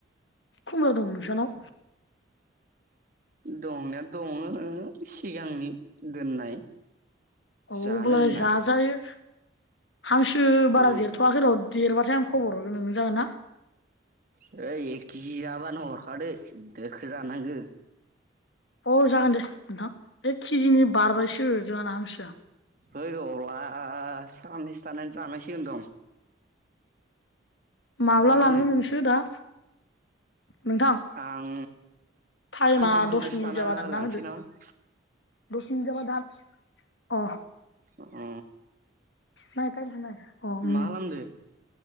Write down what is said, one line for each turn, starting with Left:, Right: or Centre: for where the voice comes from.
Left: खुमब्रा दं नोंसानाव?
Right: दंनाया दंओ सिगांनि दोननाय।
Left: औ
Right: जानो
Left: अब्लाय
Right: होनना
Left: जाजायो हांसो बारा
Right: औ
Left: देरथ'वाखै र' देरबाथाय आं खबर हरगोन नोंनो। जागोन ना?
Right: ओइ एक के जि जाबानो हरखा दै दोखो जानांगो।
Left: अ जागोन दे नोंथां एक के जि नि बारबायसो जोहाना हांसोआ
Right: हैै अब्ला सानैसो थानानै जानांसिगोन दं
Left: माब्ला
Right: ना मा
Left: लाङो
Right: होनो
Left: नोंसो दा? नोंथां
Right: आं
Left: टाइमा
Right: खान्थाम खानब्रैसो
Left: दस मिनिट
Right: थाना
Left: जाबा दानना
Right: लांसै
Left: होदो
Right: नामा?
Left: दस मिनिट जाबा दान। अ।
Right: अ
Left: मा गारबोनाय। अ उम।
Right: मा खालामदो